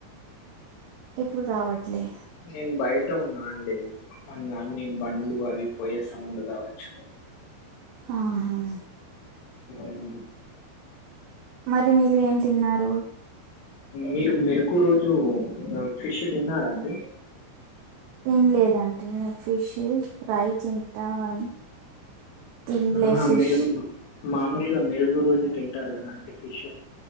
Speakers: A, on the right; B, on the left.
A: ఇప్పుడు రావట్లే
B: నేను బయట ఉన్నా అండి అ అన్ని బండ్లు అవి ఇవి పోయే సౌండ్ కావచ్చు
A: అహా
B: ఉం
A: మరి మీరు ఏం తిన్నారు
B: మీరు మెరుకు రోజు ఫిష్ తిన్నారండి
A: తినలేదండి నేను ఫిష్ ఫ్రై తింటా కానీ తినలే
B: ఆ
A: ఫిష్
B: మెరుగు మామూలుగా మెరుగు రోజు తింటారు కదా అండి ఫిష్